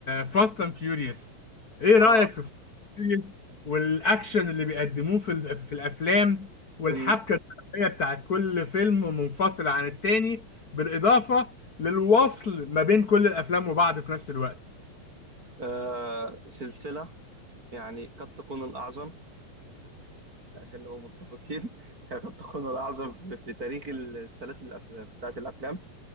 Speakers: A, on the left; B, on the right.
A: فاست اند فيوريوس ايه
B: اه
A: رايك في فاست اند فيوريوس والاكشن اللي بيقدموه في ال- في الافلام والحبكه
B: من
A: الدراميه بتاعت كل فيلم منفصل عن التاني بالاضافه للوصل ما بين كل الافلام وبعض في نفس الوقت
B: آه سلسله يعني قد تكون الاعظم يعني عشان نبقى متفقين <laughs> هي قد تكون الاعظم في, في تاريخ السلاسل الأف- بتاعت الافلام